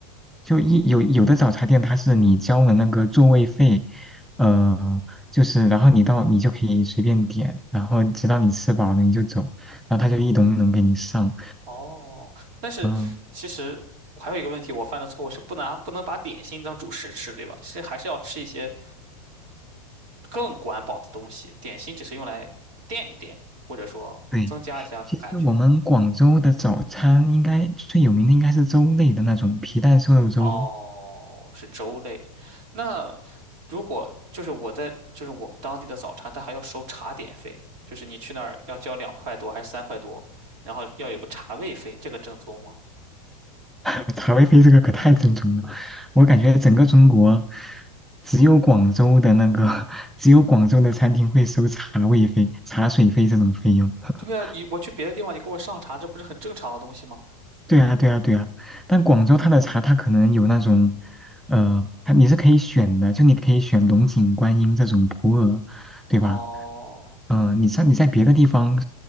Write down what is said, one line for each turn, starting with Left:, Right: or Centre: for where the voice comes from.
Centre: 就一有有的早茶店，它是你交了那个座位费，呃，就是然后你到你就可以随便点，然后直到你吃饱了你就走，然后他就一笼一笼给你上。
Right: 哦。但是其实还有一个问题，
Centre: 嗯，
Right: 我犯的错误是不拿不能把点心当主食吃，对吧？是还是要吃一些。更管饱的东西，点心只是用来垫一垫，或者说增加一下感觉。
Centre: 对，其实我们广州的早餐应该最有名的应该是粥类的那种皮蛋瘦肉粥，
Right: 哦，是粥类。那如果就是我在就是我们当地的早茶，它还要收茶点费，就是你去那儿要交两块多还是三块多，然后要有个茶位费，这个正宗吗？
Centre: <laughs> 茶位费这个可太正宗了，我感觉整个中国只有广州的那个 <laughs> 只有广州的餐厅会收茶位费、茶水费这种费用。<laughs>
Right: 对呀，你我去别的地方，你给我上茶，这不是很正常的东西吗？
Centre: 对啊，对啊，对啊，但广州它的茶，它可能有那种，呃，它你是可以选的，就你可以选龙井、观音这种普洱，对吧？
Right: 哦，
Centre: 嗯、呃你像你在别的地方，